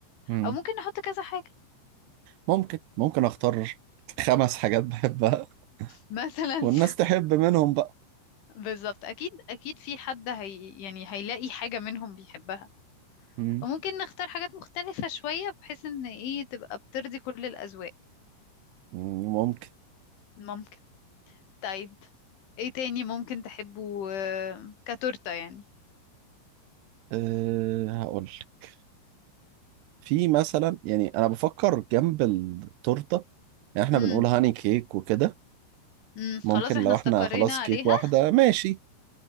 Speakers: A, on the right (about 80°); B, on the left (about 75°).
A: مم.
B: او ممكن نحط كذا حاجة
A: ممكن ممكن اختار خمس حاجات بحبها
B: مثلا
A: <laughs> والناس
B: <laughs>
A: تحب منهم بقى
B: بالظبط اكيد اكيد في حد هي يعني هيلاقي حاجة منهم بيحبها
A: مم.
B: وممكن نختار حاجات مختلفة شوية بحيث ان ايه تبقى بترضي كل الاذواق
A: مم، ممكن
B: ممكن طيب ايه تاني ممكن تحبه آه، كتورتة يعني
A: أه هقول لك. في مثلا يعني انا بفكر جنب التورته يعني احنا
B: امم
A: بنقول هاني كيك وكده
B: امم خلاص
A: ممكن
B: احنا
A: لو
B: استقرينا
A: احنا خلاص
B: عليها
A: كيك واحده ماشي